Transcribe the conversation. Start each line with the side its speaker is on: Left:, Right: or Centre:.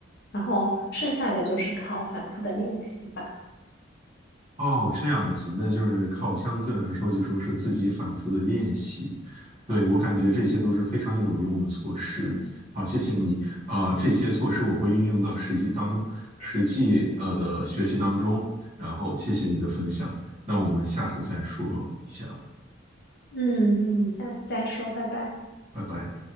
Left: 然后剩下的就是靠反复的练习吧。
Right: 哦，这样子，那就是靠相对来说，就说是自己反复的练习。对，我感觉这些都是非常有用的措施。好，谢谢你。呃，这些措施我会运用到实际当实际呃的学习当中。然后谢谢你的分享，那我们下次再说一下，
Left: 嗯嗯，下次再说，拜拜。
Right: 拜拜。